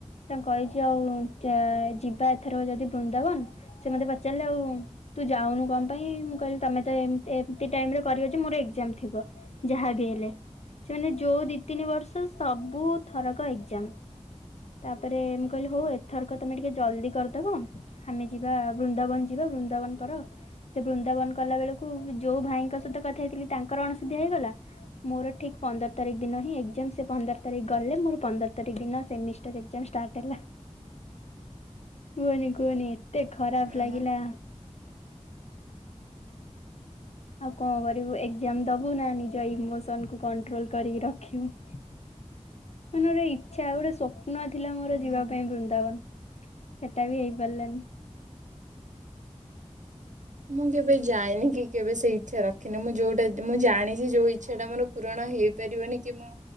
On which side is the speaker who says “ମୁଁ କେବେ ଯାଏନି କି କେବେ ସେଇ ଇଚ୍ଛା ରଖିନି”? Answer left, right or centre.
Right